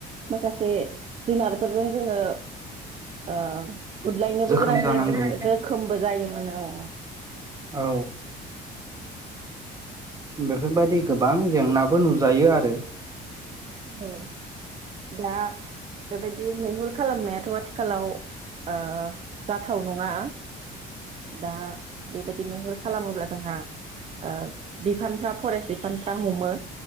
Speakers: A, on the right; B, on the right.
A: माखासे जुनारफोरजों जोङो ओ बुदलायनोबो
B: जोखोम
A: गोनां
B: जानांगौ
A: जायोमोन जोखोमबो जायोमोन औ
B: औ बेफोरबायदि गोबां जेंनाबो नुजायो आरो
A: औ दा बेबायदि मैहुर खालामनायाथ' आथिखालाव ओ जाथाव नङा। दा बेबायदि मैहुर खालामोब्ला जोंहा ओ बिफान फ्रा फरेस्ट बिफानफ्रा हमो।